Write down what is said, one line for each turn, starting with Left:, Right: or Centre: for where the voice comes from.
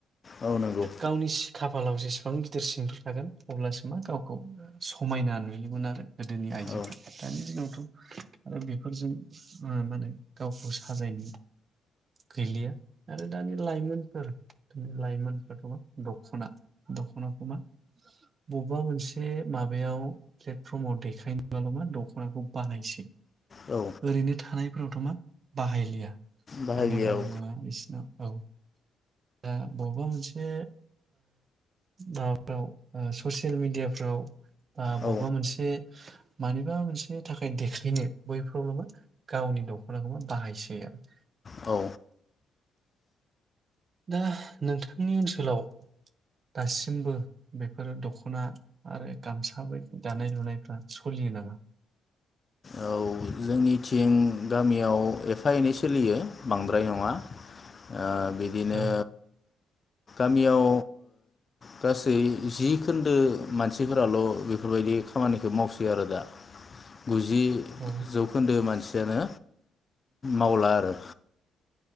Left: औ नंगौ
Right: गावनि सिखा खाफालाव जेसेबां गिदिर सिरनदु थागोन अब्लासो मा गावखौ समायना नुयोमोन आरो गोदोनि आइजोफ्रा
Left: औ
Right: दानि दिनावथ आरो बेफोरजों माने गावखौ साजायनो गैलिया आरो दानि लाइमोनफोर लाइमोनफोराथ मा दख'ना दख'नाखौ मा बबेबा मोनसे माबायाव प्लेटफर्म समाव देखायनोबाल मा दखनाखौ बाहायसै
Left: औ
Right: ओरैनो थानाय फोरावथ' मा बाहायलिया
Left: बाहायलियाव
Right: मानो होनना बुङोब्ला बिसनाव औ दा बबेबा मोनसे माबाफ्राव ससियेल मेडियाफ्राव दा बबेबा
Left: औ
Right: मोनसे मानिबा मोनसेनि थाखाय देख्लायनो बैफोरावल' बो गावनि दख'नाखौबा बाहायसै आरो
Left: औ
Right: दा नोंथांनि ओनसोलाव दासिमबो बेफोर दख'ना आरो गामसा बायदि दानाय लुनायफ्रा सोलियो नामा?
Left: औ जोंनिथिं गामियाव एफा एनै सोलियो बांद्राय नङा ओ बिदिनो
Right: औ
Left: गामियाव गासै जि खोन्दो मानसिफोराल' बेफोरबायदि खामानिखौ मावसै आरो दा। गुजि
Right: औ
Left: जौ मानसियानो मावला आरो